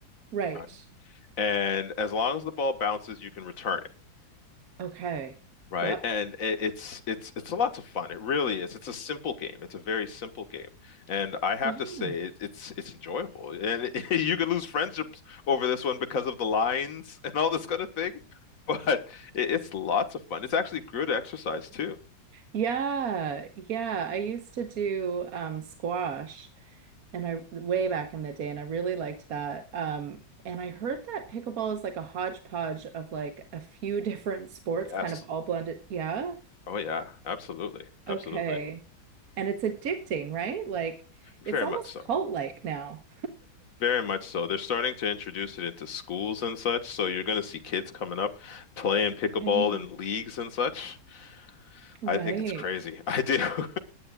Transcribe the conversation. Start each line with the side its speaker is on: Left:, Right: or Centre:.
Right: right.
Left: Right. And as long as the ball bounces, you can return it,
Right: Okay,
Left: right?
Right: yep.
Left: And it, it's it's it's a lot of fun. It really is. It's a simple game. It's a very simple game, and I have
Right: Yeah.
Left: to say it, it's it's enjoyable. And <laughs> you could lose friendships over this one because of the lines and all this kind of thing, <laughs> but it, it's lots of fun. It's actually good exercise too.
Right: Yeah, yeah. I used to do um, squash, and I way back in the day, and I really liked that. Um, and I heard that pickleball is like a hodgepodge of like a few <laughs> different sports,
Left: Yes.
Right: kind of all blended. Yeah.
Left: Oh yeah. Absolutely. Absolutely.
Right: Okay. And it's addicting, right? Like
Left: Very
Right: it's almost
Left: much so.
Right: cult-like now.
Left: Very much so. They're starting to introduce it into schools and such, so you're going to see kids coming up playing pickleball
Right: Right.
Left: in leagues and such.
Right: Right.
Left: I think it's crazy. I do. <laughs>